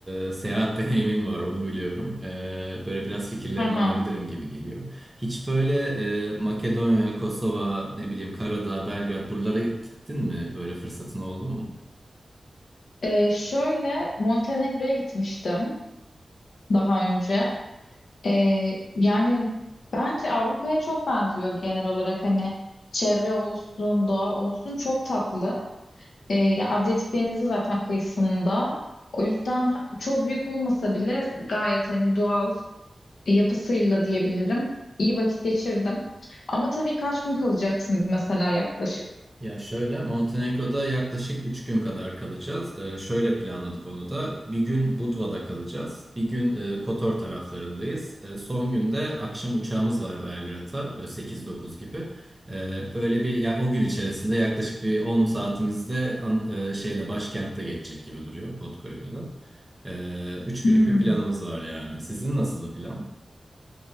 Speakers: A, on the right; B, on the left.
A: e, seyahat <laughs> deneyimin var onu biliyorum. Ee, böyle biraz fikirlerini
B: Hı hı.
A: alabilirim gibi geliyor. Hiç böyle e, Makedonya, Kosova, ne bileyim Karadağ, Belgrad buralara gittin mi? Böyle fırsatın oldu mu?
B: Ee, şöyle Montenegro'ya gitmiştim daha önce. Ee, yani bence Avrupa'ya çok benziyor genel olarak hani çevre olsun, doğa olsun çok tatlı. Ee, ya Adriyatik Denizi zaten kıyısında. O yüzden ha- çok büyük olmasa bile gayet hani doğal yapısıyla diyebilirim. İyi vakit geçirdim. Ama tabii kaç gün kalacaksınız mesela yaklaşık?
A: Ya şöyle Montenegro'da yaklaşık 3 gün kadar kalacağız. Ee, şöyle planladık onu da. Bir gün Budva'da kalacağız. Bir gün e, Kotor taraflarındayız. E, son günde akşam uçağımız var Belgrad'a. Böyle sekiz dokuz gibi. E, böyle bir ya, o gün içerisinde yaklaşık bir 10 saatimizde şeyde başkentte geçecek gibi duruyor Podgorica'da. E, 3 günlük
B: Hmm,
A: bir planımız var yani. Sizin nasıl plan?